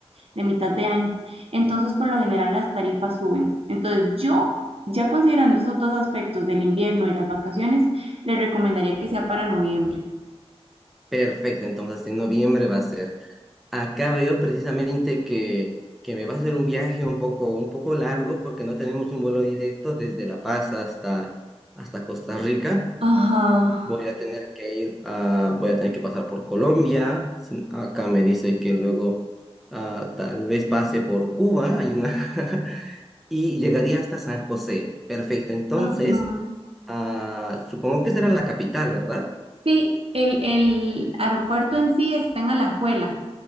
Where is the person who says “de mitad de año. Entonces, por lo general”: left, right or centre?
Right